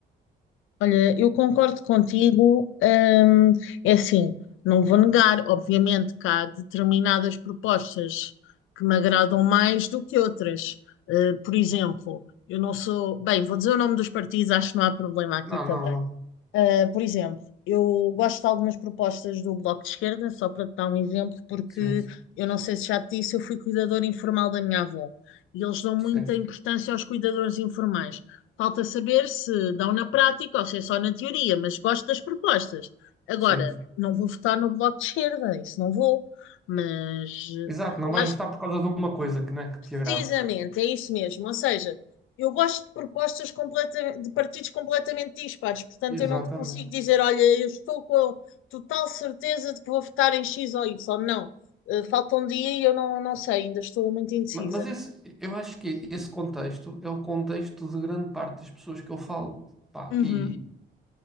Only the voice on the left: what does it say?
Olha, eu concordo contigo. ahm, é assim, não vou negar, obviamente, que há determinadas propostas que me agradam mais do que outras. Ah, por exemplo, eu não sou, bem, vou dizer o nome dos partidos, acho que não há problema aqui
também.
Uh, por exemplo, eu gosto de algumas propostas do Bloco de Esquerda, só para te dar um exemplo, porque
eu não sei se já te disse, eu fui cuidadora informal da minha avó e eles dão muita
importância aos cuidadores informais. Falta saber se dão na prática ou se é só na teoria, mas gosto das propostas. Agora,
não vou votar no Bloco de Esquerda, isso não vou, mas eh,
lá
Precisamente, é isso mesmo. Ou seja, eu gosto de propostas completa- de partidos completamente dispares, portanto,
eu não te consigo dizer, olha, eu estou com a total certeza de que vou votar em X ou Y. Não. Eh, falta um dia e eu não, não sei, ainda estou muito indecisa.
Uhum,